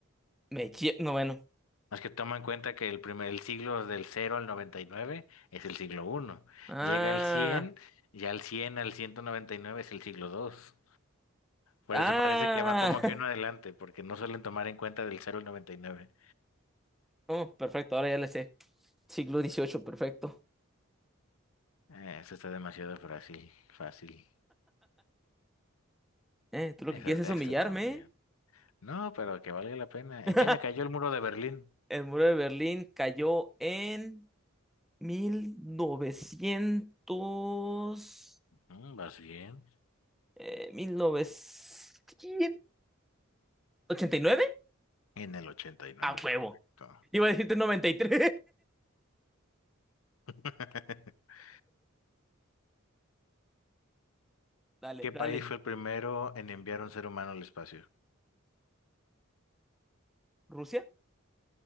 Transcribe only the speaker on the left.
Más que toma en cuenta que el primer, el siglo del 0 al 99 es el siglo 1.
Llega al 100, ya al 100 al 199 es el siglo 2. Por
eso parece que va como que uno
adelante, porque no suelen tomar en cuenta del 0 al 99.
Eh, eso está demasiado fácil, fácil.
Esa-
Este,
también. No, pero que valga la pena.
¿En qué año cayó el muro de Berlín?
Ujú, vas bien.
En el ochenta y nueve,
correcto.
<laughs>
¿Qué
país fue el primero en enviar un ser humano al espacio?